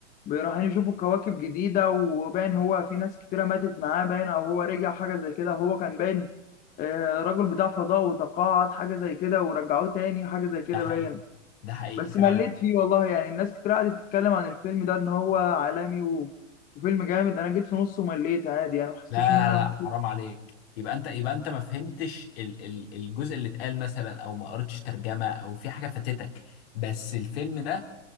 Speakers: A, on the left; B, on the left.
A: رايحين يشوفوا كواكب جديده وباين هو في ناس كتيره ماتت معاه باين او هو رجع حاجه زي كده هو كان باين آه، راجل بتاع فضاء وتقاعد حاجه زي كده ورجعوه تاني حاجه زي كده
B: ده حقيقي
A: باين
B: ده حقيقي
A: بس
B: فعلا
A: مليت فيه والله يعني الناس كتير قعدت تتكلم عن الفيلم ده ان هو عالمي و- وفيلم جامد انا جيت في نصه ومليت عادي يعني ما حسيتش
B: لا
A: ان انا
B: لا حرام عليك يبقى انت يبقى انت ما فهمتش ال ال الجزء اللي اتقال مثلا او ما قريتش ترجمه او في حاجه فاتتك بس الفيلم ده